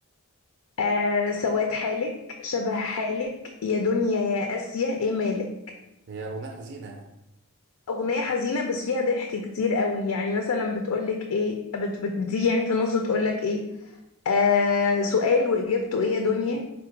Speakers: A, on the left; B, on the right.
A: آه سواد حالك شبه حالك يا دنيا يا اسيا ايه مالك
B: هي اغنيه حزينه يعني
A: اغنيه حزينه بس فيها ضحك كتير قوي يعني مثلا بتقولك ايه بت بت بتيجي يعني في النص تقولك ايه آه سؤال واجابته ايه يا دنيا